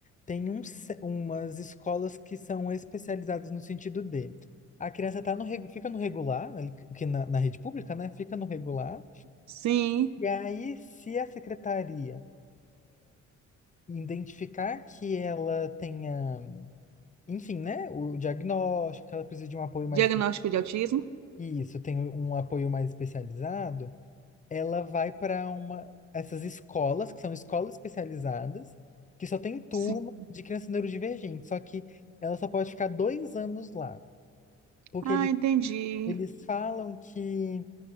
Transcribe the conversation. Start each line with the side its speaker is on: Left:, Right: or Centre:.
Left: tem um, ce- umas escolas que são especializadas no sentido de a criança tá no, regu- fica no regular, ali que que na, na rede pública, né? Fica no regular.
Right: Sim,
Left: E aí, se a secretaria identificar que ela tenha, enfim, né? O diagnóstico, que ela precisa de um apoio
Right: diagnóstico
Left: mais.
Right: de autismo?
Left: Isso, tem um apoio mais especializado. ela vai para uma essas escolas, que são escolas especializadas, que só tem turma
Right: Sim.
Left: de crianças neurodivergentes, só que ela só pode ficar dois anos lá, porque
Right: Ah,
Left: eles,
Right: entendi.
Left: eles falam que